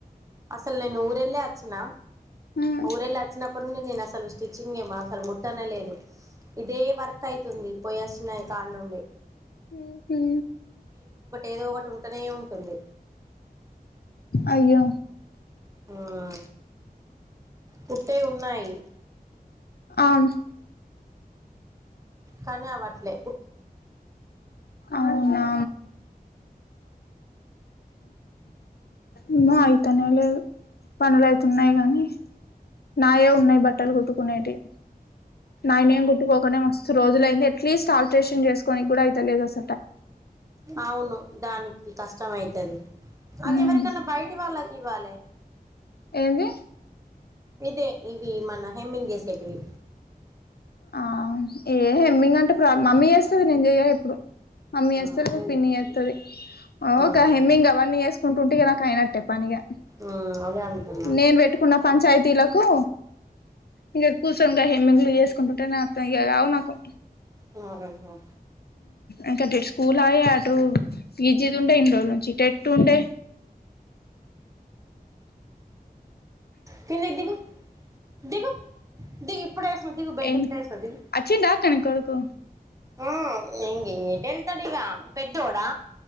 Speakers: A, on the right; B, on the left.
A: అసలు నేను ఊర వెళ్ళే వచ్చిన
B: ఉమ్
A: ఊరెళ్ళి వచ్చినప్పుడు నుండి నేను అసలు స్టిచ్చింగ్ ఏమ అసలు ముట్టనలేదు ఇదే వర్క్ అయితుంది పోయేస్తున్నాయి కానుండి
B: హు
A: ఏదో ఒకటి ఉంటనే ఉంటుంది
B: అయ్యో
A: ఆహా కుట్టే ఉన్నాయ్
B: అన్
A: కానీ అవ్వట్లే
B: అవునా ఏమో అయితనే లేదు పనులు అయితున్నాయి కానీ నాయే ఉన్నాయి బట్టలు కుట్టుకునేటి నాయనేన్ గుట్టుకోకనే మస్తు రోజుల అయింది అట్లీస్ట్ ఆల్ట్రేషన్ చేసుకోనికి కూడా అయితేలేదుస
A: అవును దానికి కష్టమ అయిద్ది అది
B: ఉమ్
A: ఎవరికన్నా బయటి వాళ్ళకి ఇవ్వాలి
B: ఏంది
A: అదే ఇవి మన హెమింగ్ చేసేటివి
B: ఆ ఏ హెమ్మీంగ్ అంటే మమ్మీ చేస్తది నేను చెయ్య ఎప్పుడు మమ్మీ వేస్తది
A: ఉహు
B: పిన్ని ఎత్తది
A: ఉహు
B: ఓగా హెమ్మింగ్ అవన్నీ వేసుకుంటుంటే నాకు అయినట్ పనిగా
A: ఉ అదే అంటున్నా
B: నేను పెట్టుకున్న పంచాయతీలకు ఇంకా కూసకా హెమ్మెంగ్లు వేసుకుంటంట ఇగ గావు నాకు
A: ఉ
B: అంకట స్కూల్ ఆయ విజిదు ఉంటే ఇన్నిరోజుల నుంచి టెట్టుంటే
A: కిీంది దిగు దిగు దిగు ఇప్పుడే సుదికి బెడ్
B: ఏం
A: ఇప్పుడే ఏసిన దిగు
B: అచ్చిండా అక్క నీ కొడుకు
A: ఆ ఇం ఎటు ఎల్తడుతడిగా పెద్దోడా